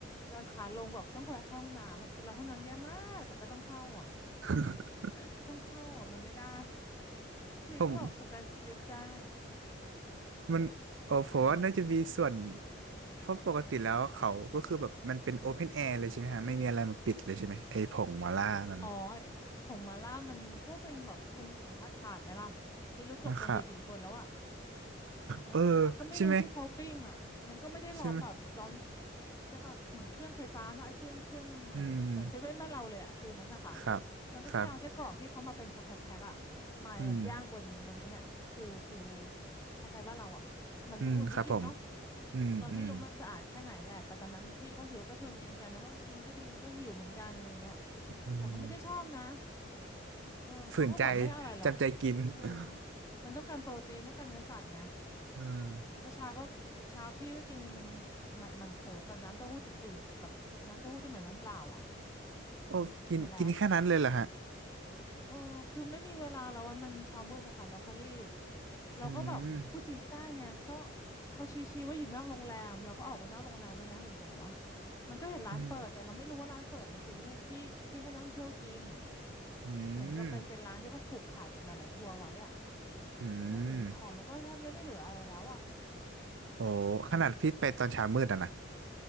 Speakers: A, on the left; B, on the right.
A: เดินขาลงแบบต้องไปเข้าห้องน้ำมาคือเราห้องน้ำแย่มากแต่ก็ต้องเข้าอะ
B: <laughs>
A: ก็ต้องเข้าอะมันไม่ได้ชีวิตก็แบบประสบการณ์ชีวิตจ้า
B: ผมมันโอ้ผมว่าน่าจะมีส่วน
A: เออ
B: เพราะปกติแล้วเขาก็คือแบบมันเป็นโอเพนแอร์เลยใช่ไหมฮะไม่มีอะไรมาปิดเลยใช่ไหมไอ้ผงมาล่านั่น
A: อ๋อผงมาล่ามันก็เป็นแบบคุณนึกถึงธาตุถาดไหมล่ะไม่รู้จกกันไปกี่คนแล้วอ่ะ
B: นะครับ
A: เออแล้วก็ไม่รู้ที่เขาปิ้งอ่ะมันก็ไม่ได้ร้อนแบบร้อน
B: เออใช่ไหมใช่ไหม
A: ใช่ค่ะ เหมือนเครื่องไฟฟ้าเนาะไอ้เครื่องเครื่องเหมือนเหมือนเซเว่นบ้านเราเลยอ่ะฟิลนั้นอะค่ะ
B: อืมครับครับ
A: มันก็แค่เอาไส้กรอกที่เขามาเป็นแพ็คแพ็คแพ็คอะมาย่างบนบนไอันเนี้ยฟิลฟิล
B: อืม
A: คล้ายๆบ้านเราอ่ะเหมือนมันอุ่นให้กินเนาะ
B: อืมครับผมอืมอืม
A: เราไม่รู้มันสะอาดแค่ไหนแหละแต่ตอนนั้นพี่เขาหิวก็ชวนกินกันแล้วก็กินก็ดีก็หิวเหมือนกันอะไรเงี้ย
B: อืม
A: แต่ก็ไม่ได้ชอบนะ เออเขาก็บอกไม่อร่อยหรอกเออ
B: ฝืนใจจำใจกิน <laughs>
A: มันต้องการโปรตีนต้องการเนื้อสัตว์ไง
B: อืม
A: เพราะเช้าก็เช้าพี่ก็กินหมันหมันโถกับน้ำเต้าหู้จืดๆแบบน้ำเต้าหู้ที่เหมือนน้ำเปล่าอ่ะ
B: โอ้กินกินแค่นั้นเลยเหรอฮะ
A: มาแล้วเออคือไม่มีเวลาแล้ววันมันเช้ามืดอะค่ะแล้วเขารีบเราก็แบบพูดจีนไม่ได้ไงก็
B: อืม
A: เขาชี้ๆว่าอยู่นอกโรงแรมเราก็ออกมานอกโรงแรมมันนะอยู่ไหนวะมันก็เห็นร้านเปิดแต่เราไม่รู้ว่าร้านเปิดเนี่ยคือที่ที่ที่ให้นักท่องเที่ยวกิน
B: อืมอืม
A: เหมือนก็เป็นเป็นร้านที่เขาผูกขาดกับหลายๆทัวร์ไว้อ่ะ
B: อื
A: มาถึงของมันก็แทบจะไม่เหลืออะไรแล้วอ่ะ
B: มโอ้ขนาดพี่ไปตอนเช้ามืดอะนะ